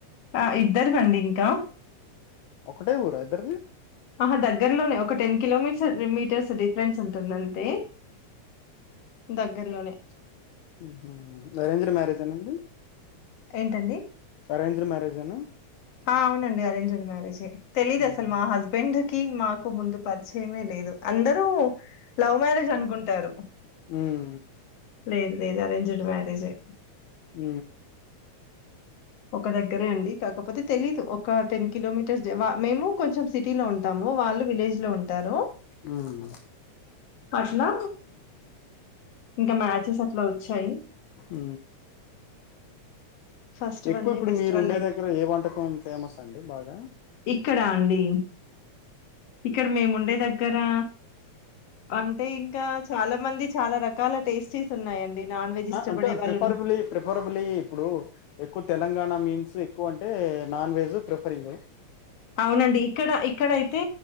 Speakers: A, on the left (about 60°); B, on the left (about 80°).
A: ఆ ఇద్దరు కండి ఇంకా
B: ఒకటే ఊరా ఇద్దరిది
A: ఆహా దగ్గరలోనే ఒక టెన్ కిలోమీటర్ మీటర్స్ డిఫరెన్స్ ఉంటుంది అంతే దగ్గర్లోనే
B: ఉ అరేంజ్డ్ మ్యారేజేనా అండి
A: ఏంటండి
B: అరేంజ్డ్ మ్యారేజ్ అనా
A: ఆ అవునండి అరేంజ్డ్ మ్యారేజే తెలీదు
B: ఉమ్,
A: అసలు మా హస్బెండ్ కి మాకు ముందు పరిచయమే లేదు అందరూ లవ్ మ్యారేజ్ అనుకుంటారు
B: ఉమ్,
A: లేదు లేదు అరేంజ్డ్ మ్యారేజ్ మ్యారేజే
B: ఉ
A: ఒక దగ్గరే అండి కాకపోతే తెలీదు ఒక టెన్ కిలోమీటర్స్ మేము కొంచెం సిటీలో ఉంటాము వాళ్లు విలేజ్ విలేజ్ లో ఉంటారు
B: ఉమ్,
A: అట్లా ఇంకా మ్యాచెస్ అట్లా వచ్చాయి
B: ఉ
A: ఫస్ట్
B: ఎక్కువ
A: వన్నే
B: ఇప్పుడు
A: బెస్ట్
B: మీరు
A: వన్
B: ఉండే
A: అయిపో
B: దగ్గర ఏ వంటకం ఫేమస్ అండి బాగా
A: ఇక్కడ అండి. ఇక్కడ మేము ఉండే దగ్గ రా అంటే ఇంకా చాలా మంది చాలా రకాల టేస్టీస్ ఉన్నాయండి నాన్ వెజ్ ఇష్టపడే
B: అంటే
A: వాళ్ళును
B: ప్రిఫరబులీ ప్రిఫరబులీ ఇప్పుడు ఎక్కువ తెలంగాణ మీన్ సో ఎక్కువ అంటే నాన్ వెజ్ ప్రిఫరింగు
A: అవునండి ఇక్కడ ఇక్కడయితే